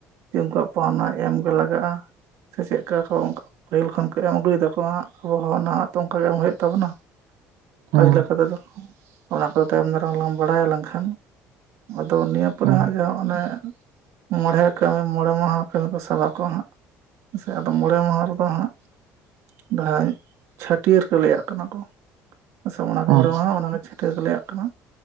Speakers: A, on the right (about 65°); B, on the right (about 80°).
A: ᱡᱮ ᱩᱱᱠᱩᱣᱟᱜ ᱯᱟᱣᱱᱟ ᱮᱢᱜᱮ ᱞᱟᱜᱟᱜᱼᱟ, ᱥᱮ ᱪᱮᱫ ᱞᱮᱠᱟ ᱠᱚ ᱚᱱᱠᱟ ᱯᱟᱹᱦᱤᱞ ᱠᱷᱚᱱ ᱠᱟᱹᱡ ᱮᱢ ᱟᱹᱜᱩᱭᱮᱫᱟᱠᱚ ᱦᱜ ᱟᱵᱚᱦᱚᱸ ᱱᱟᱦᱟᱜ ᱛᱚ ᱚᱱᱠᱟ ᱜᱮ ᱮᱢ ᱦᱩᱭᱩᱜ ᱛᱟᱵᱚᱱᱟ᱾
B: ᱦᱮᱸ
A: ᱟᱹᱨᱤ ᱞᱮᱠᱟ ᱛᱮᱫᱚ ᱚᱱᱟ ᱠᱚᱫᱚ ᱛᱟᱭᱚᱢ ᱫᱟᱨᱟᱢᱞᱟᱟᱝ ᱵᱟᱲᱟᱭ ᱞᱮᱱᱠᱷᱟᱱ ᱟᱫᱚ ᱱᱤᱭᱟᱹ ᱯᱚᱨᱮ
B: ᱦᱮᱸ
A: ᱦᱟᱸᱜ ᱡᱟᱦᱟᱸ ᱚᱱᱮ ᱢᱚᱬᱮ ᱢᱚᱬᱮ ᱢᱟᱦᱟ ᱠᱟᱹᱢᱤ ᱠᱚ ᱥᱟᱵᱟ ᱠᱚ ᱦᱟᱸᱜ, ᱥᱮ ᱟᱫᱚ ᱢᱚᱬᱮ ᱢᱟᱦᱟ ᱨᱮᱫᱚ ᱦᱟᱸᱜ ᱡᱟᱦᱟᱸ ᱪᱷᱟᱹᱴᱭᱟᱹᱨ ᱠᱚ ᱞᱟᱹᱭᱟᱜ ᱠᱟᱱᱟ ᱠᱚ, ᱟᱸ ᱥᱮ ᱚᱱᱟ ᱠᱚ ᱢᱚᱬᱮ
B: ᱟᱪᱪᱷᱟ
A: ᱢᱟ ᱦᱟᱸᱜ ᱚᱱᱟ ᱪᱷᱟᱹᱴᱟᱹᱣ ᱞᱮᱭᱟᱜ ᱠᱟᱱᱟ,